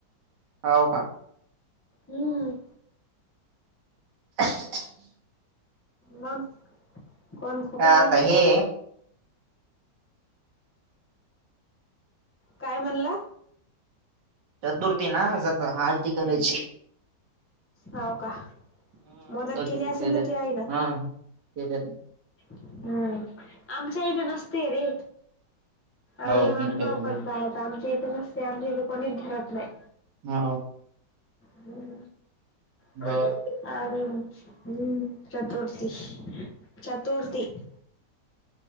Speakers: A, on the right; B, on the left.
A: होव का?
B: हम्म.
A: <inaudible>
B: मग कोण खोकलायला
A: आता
B: बघा.
A: हे
B: काय म्हणला?
A: चतुर्थी ना आज, आता आरती करायची.
B: हाव का?
A: होत
B: मदत केली
A: तिथ
B: असेल
A: केले
B: ना तू आईला?
A: हा केले
B: हम्म आमच्या इथे नसतय रे.
A: हो
B: आम्ही मानभाव
A: तुमच्या केले
B: पंथ आहोत, आमच्या इथे नसतय, आमच्या इथे कोणीच धरत नाही.
A: हो
B: हुं. काय
A: बर
B: ग? हूम्म चतुर्थी, चतुर्थी. <inaudible>